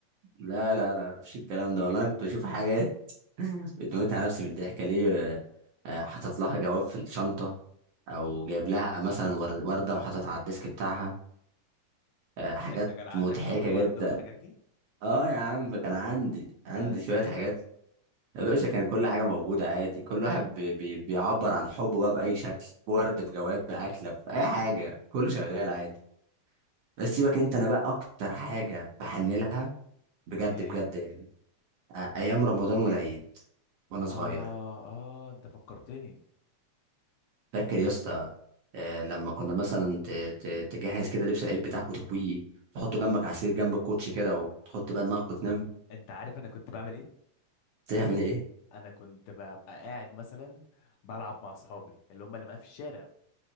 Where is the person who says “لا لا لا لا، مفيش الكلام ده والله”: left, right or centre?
Right